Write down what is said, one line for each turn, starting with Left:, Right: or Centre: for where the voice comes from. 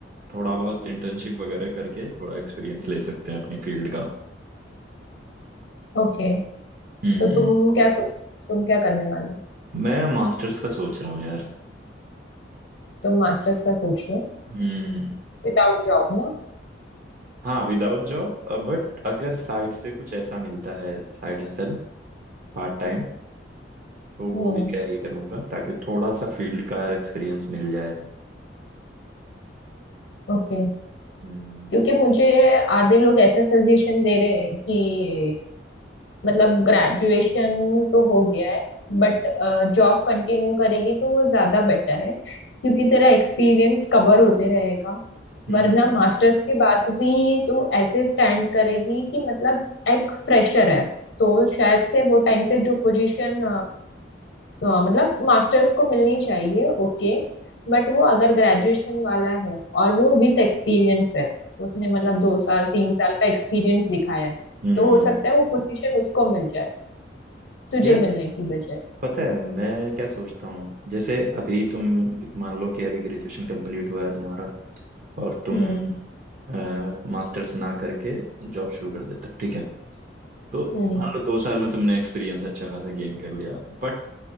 Right: थोड़ा बहुत इंटर्नशिप वगैरह करके थोड़ा एक्सपीरियंस ले सकते हैं अपनी फील्ड का
Left: Okay तो
Right: हम्म
Left: तुम क्या सोच तुम क्या करने वाले हो
Right: मैं मास्टर्स का सोच रहा हूँ यार
Left: तुम मास्टर्स का सोच रहे हो
Right: हम्म
Left: विदाउट जॉब ना
Right: हाँ विदाउट जॉब बट अगर साइड से कुछ ऐसा मिलता है साइड हसल पार्ट टाइम तो वो
Left: हम्म
Right: भी कैरी करूंगा ताकि थोड़ा सा फील्ड का एक्सपीरियंस मिल जाए
Left: ओके
Right: हम्म
Left: क्योंकि मुझे आधे लोग ऐसा सजेशन दे रहे हैं कि मतलब ग्रेजुएशन तो हो गया है बट जॉब कंटिन्यू करेगी तो वो ज्यादा बेटर है क्योंकि तेरा एक्सपीरियंस कवर होते रहेगा
Right: हम्म
Left: वरना
Right: हम्म
Left: मास्टर्स के बाद भी तू ऐसे स्टैंड करेगी कि मतलब एक फ्रेशर है तो शायद से वो टाइम पे जो पोजीशन मतलब मास्टर्स को मिलनी चाहिए ओके बट वो अगर ग्रेजुएशन वाला है और वो विथ एक्सपीरियंस है उसने
Right: हम्म,
Left: मतलब दो साल तीन साल का एक्सपीरियंस दिखाया है
Right: हम्म।
Left: तो हो सकता है वो पोजीशन उसको मिल जाए तुझे
Right: यार
Left: मिलने की बजाय
Right: पता है मैं क्या सोचता हूँ जैसे अभी तुम मान लो कि अभी ग्रेजुएशन कंप्लीट हुआ है तुम्हारा और तुम
Left: हम्म
Right: मास्टर्स ना करके जॉब शुरू कर देते हो ठीक है तो
Left: हम्म
Right: मान लो दो साल में तुमने एक्सपीरियंस अच्छा खासा गेन कर लिया बट